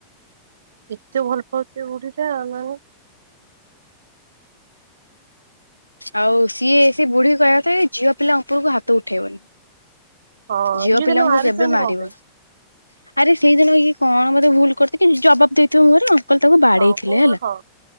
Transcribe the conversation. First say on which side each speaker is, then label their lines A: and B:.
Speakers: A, on the right; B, on the left.
A: କେତେ ଭଲ ପାଉଥିବ ବୁଢୀଟା <unintelligible>
B: ଆଉ ସିଏ ସେ ବୁଢୀ କହିଆ କେବେ ଝିଅ ପିଲା ଉପରୁକୁ ହାତ ଉଠେଇବନି।
A: ହଁ
B: ଝିଅ
A: ଇଏ
B: ପିଲାଙ୍କୁ
A: କିନ୍ତୁ ମାରୁଛନ୍ତି
B: କେବେ ମାରିବନି।
A: କଣ ପାଇଁ
B: ଆରେ ସେଇ ଦିନ ଇଏ କଣ ବୋଧେ ଭୁଲ କରିଛି କି ଜବାବ ଦେଇଥିବ ମୁହଁରେ ଆଉ। କାଳେ ତାକୁ ବାଡେଇଥିଲେ
A: ହଁ କଣ
B: ହେଲା।
A: ହଁ